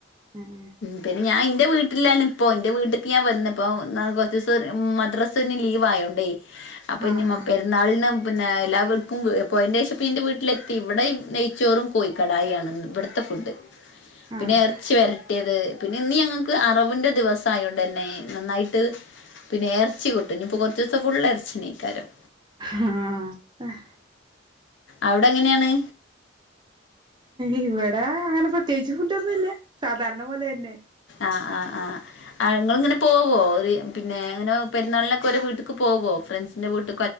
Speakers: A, on the right; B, on the left.
A: ആഹ്
B: പിന്നെ ഞാൻ ഇന്റെ വീട്ട്ലാണ്പ്പൊ ഇന്റെ വീട്ട്ക്ക് ഞാൻ വന്ന്പ്പോ ന്നാ കൊർച്ചീസൊര് മദ്രസിന് ലീവായതോണ്ടെ അപ്പൊ
A: ആഹ്
B: ഞ്മ്മ പെരുന്നാൾന് പിന്നെ എല്ലാവർക്കും പോയന്റെഷം പ്പം ഇന്റെ വീട്ടിലെത്തി വടെ നെയ്ച്ചോറും കോഴിക്കടായാണന്ന് വട്ത്തെ ഫുഡ്
A: ആഹ്
B: പിന്നെ എർച്ചി വര് ട്ട്യത് പിന്നെ ഇന്ന് ഞങ്ങക്ക് അറവിൻ്റെ ദിവസായോണ്ടന്നെ നന്നായ് ട്ട് പിന്നെ ച്ചി ക് ട്ടും ഇഞ്പ്പ കൊർച്ചൂസം ഫുള്ളും എർച്ചന്യയ്ക്കാരം
A: ആഹ
B: അവിടെ എങ്ങനെയാണ്
A: ഇവിടെ അങ്ങനെ പ്രത്യേകിച്ച് ഫുഡോന്നുല്ല സാധാരണ പോലെ തന്നെ
B: ആഹ് ആഹ് ആഹ് ആഹ് ഇങ്ങളിങ്ങനെ പോവോ പിന്നെ അങ്ങനെ പെരുന്നാൾനൊക്കെ ഓരോ വീട്ട്ക്ക് പോകോ ഫ്രണ്ട്സിൻ്റെ വീട്ട്ക്